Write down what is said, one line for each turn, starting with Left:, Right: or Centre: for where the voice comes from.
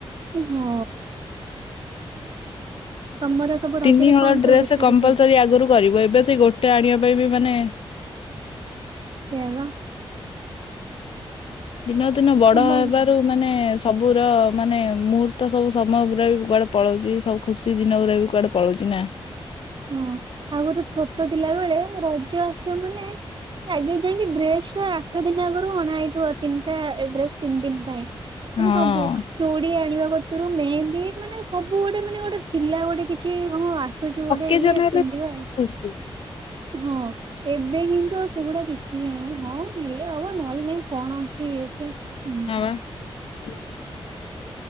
Right: ହଁ। ତମର ସବୁ ରଜରେ
Left: ତିନିହଳ
Right: କଣ ସବୁ
Left: ଡ୍ରେସ
Right: ପିଠା
Left: କମ୍ପଲସର
Right: ପିଠି ହୁଏ?
Left: ଆଗରୁ କରିବ ଏବେ ସେ ଗୋଟେ ଆଣିବା ପାଇଁ ବି ମାନେ
Right: ସେବା।
Left: ଦିନ ଦିନ ବଡ
Right: ତମ
Left: ହେବାରୁ ମାନେ ସବୁର ମାନେ ମୁହୂର୍ତ୍ତ ସବୁ ସମୟ ପୁରା ବି କୁଆଡେ ପଳଉଛି ସବୁ ଖୁସି ଦିନ ପୁରା ବି କୁଆଡେ ପଳଉଛି ନା।
Right: ହଁ ଆଉ ଗୋଟେ ଛୋଟ ଥିଲା ବେଳେ ରଜ ଆସିବ ମାନେ ଆଗେ ଯାଇକି ଡ୍ରେସ ଟ ଆଠ ଦିନ ଆଗରୁ ଅଣା ହେଇଥିବ ତିନିଟା ଡ୍ରେସ ତିନି ଦିନ ପାଇଁ। ମାନେ
Left: ହଁ
Right: ସବୁ ଚୁଡି ଆଣିବା। ମ ମାନେ ସବୁ ଗୋଟେ ମାନେ ଗୋଟେ ଥିଲା ଗୋଟେ କିଛି ହଁ ଆସୁଛି ଗୋଟେ।
Left: କେ
Right: ଇଏ
Left: ଜମ ହେଲେ
Right: ପିନ୍ଧିବା
Left: ମ ଖୁସି
Right: ହଁ ଏବେ କିନ୍ତୁ ଆ ସେଗୁଡା କିଛି ବି ନାହିଁ ହଁ ହେଲେ ଆଉ ନହେଲେ ନାଇଁ କଣ ଅଛି ସେ। ଏମିତି
Left: ହବା। ହୁଁ